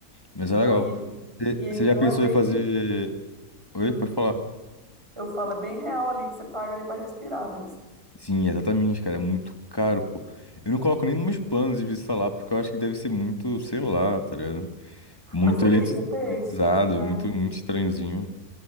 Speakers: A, on the left; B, on the right.
A: Mas é legal.
B: Não, e,
A: Você
B: e, e então
A: você já pensou
B: é bem.
A: em fazer. Oi,
B: hum,
A: pode falar.
B: eu falo, é bem real ali que você paga ali para respirar mesmo.
A: Sim, exatamente, cara. É muito caro, pô. Eu não coloco nem nos meus planos de visitar lá, porque eu acho que deve ser muito, sei lá, tá ligado? Muito
B: Mas sabe
A: eleti-
B: o que que eu penso,
A: elitizado,
B: Jane?
A: muito, muito estranhozinho.